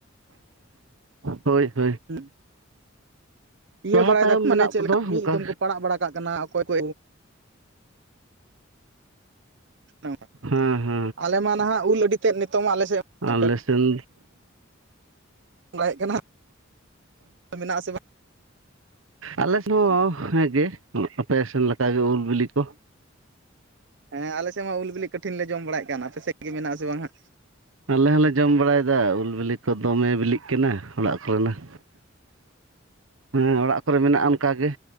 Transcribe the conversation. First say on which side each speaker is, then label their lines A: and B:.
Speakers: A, on the right; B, on the right.
A: ᱦᱳᱭ ᱦᱳᱭ
B: ᱦᱮᱸ ᱤᱭᱟᱹ
A: ᱞᱟᱦᱟ
B: ᱵᱟᱲᱟᱭ
A: ᱛᱟᱭᱚᱢ
B: ᱫᱟᱠᱚ
A: ᱢᱮᱱᱟᱜ
B: ᱢᱟᱱᱮ ᱪᱮᱫ
A: ᱵᱚᱱᱟ
B: ᱞᱮᱠᱟ ᱢᱤᱫ
A: ᱚᱱᱠᱟ
B: ᱫᱚᱢ ᱠᱚ ᱯᱟᱲᱟᱜ ᱵᱟᱲᱟ ᱠᱟᱜ ᱠᱟᱱᱟ ᱚᱠᱚᱭ ᱠᱚ, <inaudible>
A: ᱦᱮᱸ ᱦᱮᱸ
B: ᱟᱞᱮ ᱢᱟ ᱱᱟᱦᱟᱜ ᱩᱞ ᱟᱹᱰᱤ ᱛᱮᱫ ᱱᱤᱛᱚᱝ ᱢᱟ ᱟᱞᱮ ᱥᱮᱫ,
A: ᱟᱞᱮᱥᱮᱱ
B: ᱠᱟᱹᱴᱩᱵ ᱵᱟᱲᱟᱭᱮᱫ ᱠᱟᱱᱟ ᱢᱮᱱᱟᱜ-ᱟ ᱥᱮ ᱵᱟᱝ
A: ᱟᱞᱮᱥᱮᱫ ᱦᱚᱸ
B: ᱡᱚᱝ
A: ᱦᱮᱸᱜᱮ ᱟᱯᱮ ᱥᱮᱱ ᱞᱮᱠᱟᱜᱮ ᱩᱞ ᱵᱤᱞᱤ ᱠᱚ
B: ᱦᱮᱸ ᱟᱞᱮ ᱥᱮᱫ ᱢᱟ ᱩᱞ ᱵᱤᱞᱤ ᱠᱚᱴᱷᱤᱱ ᱞᱮ ᱡᱚᱢ ᱵᱟᱲᱟᱭ ᱠᱟᱱ ᱟᱯᱮᱫ ᱜᱮ ᱢᱮᱱᱟᱜᱼᱟ ᱟᱥᱮ ᱵᱟᱝ ᱦᱟᱸᱜ,
A: ᱟᱞᱮ ᱦᱚᱸᱞᱮ ᱡᱚᱢ ᱵᱟᱲᱟᱭᱮᱫᱟ ᱩᱞ ᱵᱤᱞᱤ ᱠᱚ ᱫᱚᱢᱮ ᱵᱤᱞᱤᱜ ᱠᱟᱱᱟ ᱚᱲᱟᱜ ᱠᱚᱨᱮᱱᱟᱜ ᱦᱮᱸ ᱚᱲᱟᱜ ᱠᱚᱨᱮ ᱢᱮᱱᱟᱜᱼᱟ ᱚᱱᱠᱟᱜ ᱜᱮ